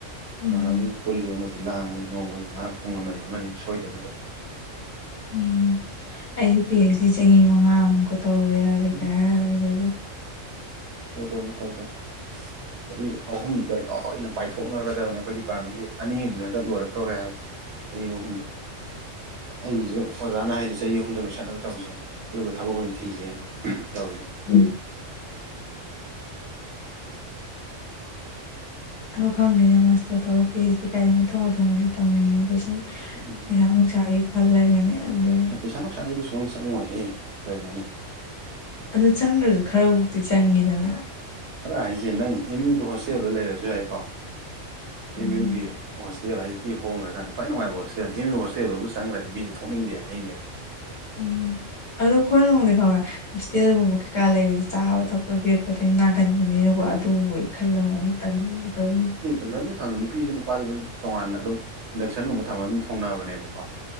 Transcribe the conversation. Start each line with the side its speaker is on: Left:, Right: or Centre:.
Left: ꯎꯝ
Right: ꯃꯥꯟꯅ ꯄꯨꯜꯂꯤ ꯑꯃꯁꯨ ꯂꯥꯡꯉꯤ ꯅꯣꯡꯃꯒꯤ ꯉꯥꯏꯍꯥꯛ ꯄꯨꯡ ꯑꯃꯅꯤ ꯑꯃꯅꯤ ꯁꯣꯏꯗꯅꯕ
Left: ꯎꯝ ꯑꯩ ꯄꯤ ꯑꯩꯆ ꯗꯤ ꯆꯍꯤ ꯃꯉꯥꯃꯨꯛꯀ ꯇꯧꯔꯦꯔꯦ
Right: ꯎꯝ
Left: ꯀꯥꯏꯗ
Right: ꯇꯧꯗꯝꯅꯦ ꯇꯩꯗꯝ ꯆꯍꯤ ꯑꯍꯨꯝꯗ ꯂꯣꯏꯅ ꯄꯥꯏꯊꯣꯛꯅꯈ꯭ꯔꯗꯕꯅꯤ ꯑꯩꯈꯣꯏ ꯗꯤꯄꯥ꯭ꯔꯠꯃꯦꯟꯒꯤ ꯑꯅꯤ ꯑꯝꯖꯨ ꯍꯥꯟꯗꯛ ꯂꯣꯏꯔꯛꯇꯧꯔꯦ ꯍꯥꯏꯕ ꯆꯍꯤ ꯑꯍꯨꯝꯗ ꯑꯩꯒꯤꯁꯨ ꯑꯣꯖꯥꯅ ꯍꯥꯏꯁꯦ ꯆꯍꯤ ꯑꯍꯨꯝꯗ ꯂꯣꯏꯁꯟꯅꯕ ꯇꯧꯁꯦ ꯑꯗꯨꯒ ꯊꯕꯛ ꯑꯣꯏꯅ ꯊꯤꯖꯦꯅ ꯇꯧꯋ
Left: ꯎꯝ ꯑꯗꯣ ꯈꯪꯗꯦꯅꯦ ꯃꯥꯁꯇꯔ ꯇꯧꯔ ꯄꯤ ꯑꯩꯆ ꯀꯥꯏꯗꯦ ꯃꯊꯪ ꯃꯊꯪꯕꯨꯗꯤ ꯇꯧꯅꯤꯡꯉꯦ ꯑꯗꯣ ꯁꯨꯝ
Right: ꯎꯝ
Left: ꯁꯥ ꯅꯨꯡꯁꯥꯒꯤ ꯈꯜꯂꯒꯅꯦ ꯑꯗꯨ
Right: ꯑꯦ ꯄꯩꯁꯥ ꯅꯨꯡꯁꯥꯒꯤꯗꯤ ꯁꯨꯡꯆꯪ ꯆꯪꯉꯣꯏꯍꯦ ꯀꯩꯅꯣꯅꯦ
Left: ꯑꯗꯨ ꯆꯪꯗ꯭ꯔꯁꯨ ꯈꯔꯕꯨꯨꯛꯇꯤ ꯆꯪꯉꯤꯗꯅ
Right: ꯈꯔ ꯍꯥꯏꯁꯦ ꯅꯪ ꯑꯦꯝ ꯌꯨꯗꯣ ꯍꯣꯁꯇꯦꯜꯗ ꯂꯩꯔꯁꯨ ꯌꯥꯏꯀꯣ
Left: ꯎꯝ
Right: ꯑꯦꯝ ꯌꯨꯒꯤ ꯍꯣꯁꯇꯦꯜ ꯍꯣꯇꯦꯜ ꯍꯥꯏꯁꯤꯗꯤ ꯍꯣꯡꯈ꯭ꯔꯥꯅ ꯈ꯭ꯋꯥ ꯅꯨꯡꯉꯥꯏ ꯍꯣꯁꯇꯦꯜꯗꯤ ꯑꯦꯝꯌꯨ ꯍꯣꯇꯦꯜꯕꯨ ꯆꯪꯈ꯭ꯔꯗꯤ ꯃꯤꯁꯦ ꯊꯣꯛꯅꯤꯡꯗꯦ ꯍꯥꯏꯅꯩꯅꯦ
Left: ꯎꯝ ꯑꯗꯣꯈꯣꯏ ꯂꯣꯡꯗꯦ ꯈꯥꯎꯔꯦ ꯍꯣꯁꯇꯦꯜꯒꯨꯝꯕ ꯀꯩꯀꯥ ꯂꯩꯕꯁ ꯆꯥꯕ ꯊꯛꯄ ꯕꯦꯠꯄꯗ ꯅꯥꯒꯟꯕꯅꯤꯅꯀꯣ ꯑꯗꯨꯨꯝꯕꯒꯤ ꯈꯜꯂ ꯃꯑꯣꯡ ꯇꯅꯤꯡ ꯇꯧꯅꯤ
Right: ꯑꯗꯂꯤ ꯊꯝ ꯅꯨꯄꯤꯁꯨ ꯅꯨꯄꯥꯁꯨ ꯑꯗꯨꯝ ꯇꯣꯉꯥꯟꯅ ꯑꯗꯨꯝ ꯏꯟꯗꯛꯁꯟꯒꯨꯝꯕ ꯊꯝꯃꯒ ꯑꯗꯨꯝ ꯊꯣꯡꯅꯕꯅꯦꯕꯀꯣ